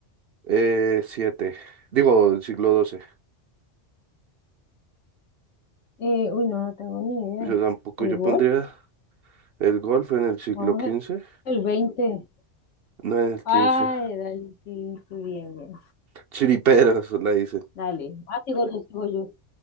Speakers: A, on the right; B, on the left.
A: Eh, siete. Digo, el siglo doce.
B: Eh, uy, no, no tengo ni idea.
A: Yo tampoco,
B: ¿El
A: yo
B: gol?
A: pondría el golf en el siglo
B: Vamos
A: quince.
B: al veinte
A: No en el
B: Ay,
A: quince.
B: dale, sí, sí, bien, bien.
A: <laughs> Chiriperos, la dice.
B: Dale, ah, sigo yo, sigo yo.